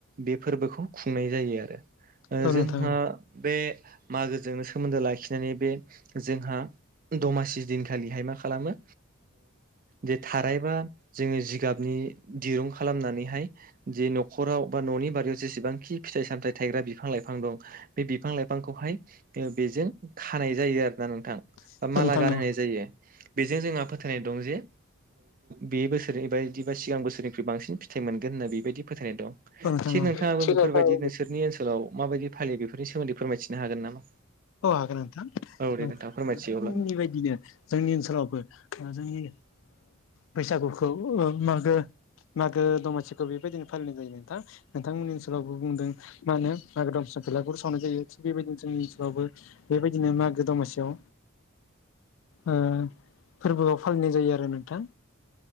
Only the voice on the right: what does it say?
बे फोरबोखौ खुंनाय जायो आरो
जोंहा
बे मागोजोंनो सोमोन्दो लाखिनानै बे जोंहा दमासि दिन खालिहाय मा खालामो दे थारायबा जोङो जिगाबनि दिरुं खालामनानैहाय जे न'खराव बा न'नि बारियाव जेसेबांखि फिथाइ सामथायाइ थायग्रा बिफां लाइफां दं बे बिफां लाइफांखौहाय बेजों खानाय जायो आरो ना नोंथां,
बा माला गानहोनाय जायो। बेजों जोंहा फोथायनाय दं जे बे बोसोरनि बायदि बा सिगां बोसोरनिख्रुइ बांसिन फिथाइ मोनगोन होनना बेबायदि फोथायनाय दं।
थिग नोंथाङाबो बेफोरबायदि
नोंसोरनि ओनसोलाव माबायदि फालियो बेफोर सोमोन्दै फोरमायथिनो हागोन नामा?
औ
दे नोंथां फोरमायथियो अब्ला